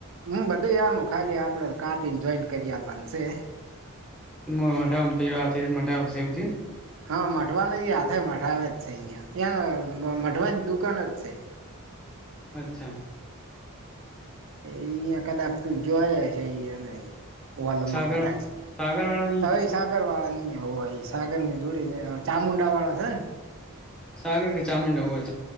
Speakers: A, on the right (about 65°); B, in the centre.
A: હમ બધા આનું ખાલી આપડે કાપીને જોઈન્ટ કરી આવવાનું છે.
B: <unintelligible>
A: હા મઢવાના હાથે મઢાવે જ છે અહીયાં એંને મઢવાની દુકાન જ છે.
B: અચ્છા
A: એ ત્યાં કલાક તું જોય હ છે એનેય ઓલમાં
B: સાગર
A: કદાચ
B: સાગર વાળા ની
A: એ સાગર વાળા ને ત્યાં હોય સાગર ને જોડે ચામુંડા વાળા છે ને
B: સાગર કે ચામુંડાવું હોય.